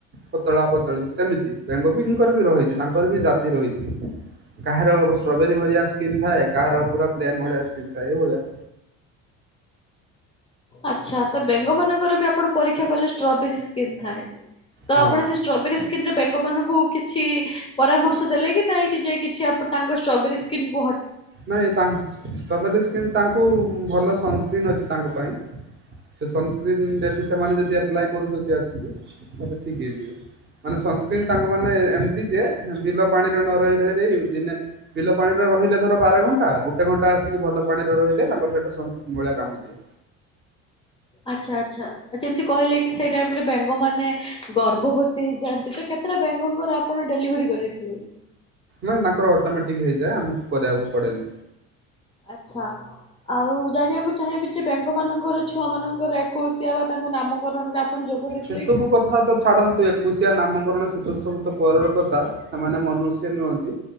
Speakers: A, on the right (about 30°); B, on the left (about 15°).
A: ପତଳା ପତଳି ସେମିତି ବେଙ୍ଗବ ଙ୍କର ବି ରହିଛି ତାଙ୍କର ବି ଜାତି ରହିଛି। କାହାର ଷ୍ଟ୍ରବେରୀ ଭଳିଆ ସ୍କିନ୍ ଥାଏ କାହାର ପୁରା ପ୍ ଭଳିଆ ସ୍କନ୍ ଥାଏଇଭଳିଆ।
B: ଆଛା ତ ବେଙ୍ଗ ମାନଙ୍କର ବି ଆପଣ ପରୀକ୍ଷା କଲେ ଷ୍ଟ୍ରବେର ସ୍କ୍ରିନ୍ ଥାଏ। ତ
A: ହଁ।
B: ଆପଣ ସେ ଷ୍ଟ୍ରବେରୀ ସ୍କ୍ରିନ୍ ରେ ବେଙ୍ଗମାନଉଙ୍କୁ କୁ କିଛି ପରାମର୍ଶ ଦେଲେ କି ନାହିଁ କି ଯେ କିଛି ଆପ୍ ତାଙ୍କ ଷ୍ଟବେରି ସ୍କିନକୁ
A: ନାଇଁ ତା ଷ୍ଟ୍ରବେରୀ ସ୍କ୍ରିନ୍ ତାଙ୍କୁ ଭଲ ସନ୍ସ୍ନ୍ ଅଛି ତାଙ୍କ ପାଇଁ ସେ ସନ୍ସ୍କ୍ରନ୍ ଡେ ସେମାନେ ଯଦି ଆପ୍ଲାଏ କରୁଛନ୍ତି ଆସିକିେ ଠିକ୍ ହେଇଯିବ। ମାନେ ସନସ୍କ୍ରିନ ତାଙ୍କ ମାନେ ଏମିତି ଯେ ବିଲ ପାଣିରେ ନ ରହି ରହି ଦେଇ ଦିନେ ବିଲ ପାଣିର ରହିଲା ଧର ବାର ଘଣ୍ଟା ଗୋଟେ ଘଣ୍ଟା ଆସିକି ଭଲ ପାଣିରେ ରହିଲେ ତାଙ୍କ ସେହିତ ସନ ସ୍କ୍ରିନ୍ ଭଳିଆ କାମ ଦିଏ
B: ଆଚ୍ଛା ଆଚ୍ଛା ଆ ଯେମିତି କହିଲେ କି? କି ସେଇ ଟାଇମ ରେ ବେଙ୍ଗ ମାନ ଗର୍ଭବତୀ ହେଇଯାଆନ୍ତି, ତ କେତେଟା ବେଙ୍ଗଙ୍କର ଆପଣ ଡେଲିଭରି କରଇଥିଲେ। ହୁଁ।
A: ନାଇ ତାଙ୍କର ଅଟୋମେଟିକ ହେଇଯାଏ ଆମକୁ କରିବାକୁ ପଡେନି
B: ଆଚ୍ଛା ଆଉ ଜାଣିବାକୁ ଚାହିଁବି ସେ ବେଙ୍ଗ ମାନଙ୍କର ଛୁଆ ମାନଙ୍କର ଏକୋଇସିିଆ ବା ତାଙ୍କ ନାମକରଣରେ ଆପଣ ଯୋଗ ଦେଇଥିଲେ
A: ସେ ସବୁ
B: କି ନାଇଁ?
A: କଥା ତ ଛାଡନ୍ତୁ ଏ ଏକୋଇ ଶିଆ ନାମକରଣ ଶୀତ ସମତ ପରର କଥା ସେମାନେ ମନୁଷ୍ୟ ନୁହନ୍ତି।